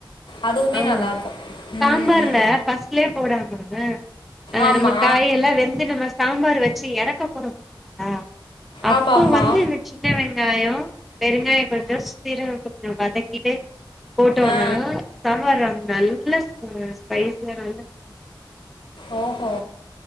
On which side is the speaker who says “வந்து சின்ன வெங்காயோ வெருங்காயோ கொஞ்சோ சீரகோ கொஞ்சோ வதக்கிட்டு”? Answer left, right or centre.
Centre